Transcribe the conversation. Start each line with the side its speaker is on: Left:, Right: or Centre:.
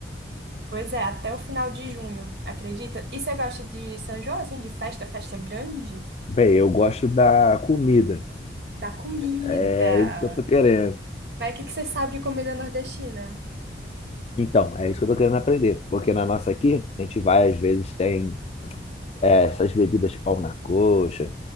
Right: Pois é, até o final de junho, acredita? E você gosta de São João, assim, de festa, festa grande?
Left: Bem, eu gosto da comida.
Right: Da comida.
Left: É isso que eu tô querendo.
Right: Mas o que que você sabe de comida nordestina?
Left: Então, é isso que eu tô querendo aprender. Porque na nossa aqui, a gente vai, às vezes, tem é, essas bebidas pau na coxa,